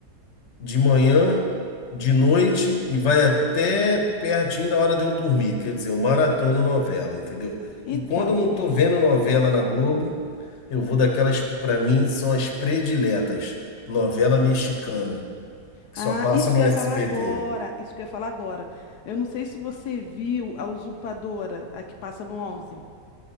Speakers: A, on the left; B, on the left.
A: de manhã, de noite e vai até pertinho da hora de eu dormir. Quer dizer, eu maratono novela, entendeu?
B: Então,
A: E quando eu não
B: hum.
A: tô vendo novela na Globo, eu vou daquelas que pra mim são as prediletas, novela mexicana, que
B: Ah,
A: só passa
B: isso
A: no
B: que eu
A: SBT.
B: ia falar agora, isso que eu ia falar agora. Eu não sei se você viu A Usurpadora, a que passa no onze